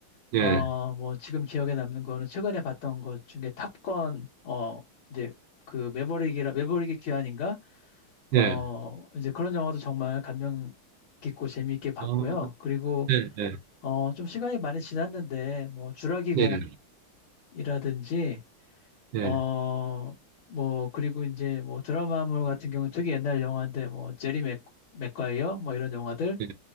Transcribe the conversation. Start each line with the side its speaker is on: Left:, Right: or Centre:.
Left: 어,
Right: 예,
Left: 뭐, 지금 기억에 남는 거는 최근에 봤던 것 중에 탑건, 어, 이제 그 매버릭이라, 매버릭의 귀환인가? 어,
Right: 예.
Left: 이제 그런 영화도 정말 감명 깊고 재미있게 봤고요.
Right: 어,
Left: 그리고,
Right: 예, 예,
Left: 어, 좀 시간이 많이 지났는데, 뭐, 주라기
Right: 예.
Left: 공원이라든지,
Right: 예.
Left: 어, 뭐, 그리고 이제 뭐 드라마물 같은 경우 되게 옛날 영화인데, 뭐, 제리 맥, 맥과이어, 뭐 이런 영화들,
Right: 예,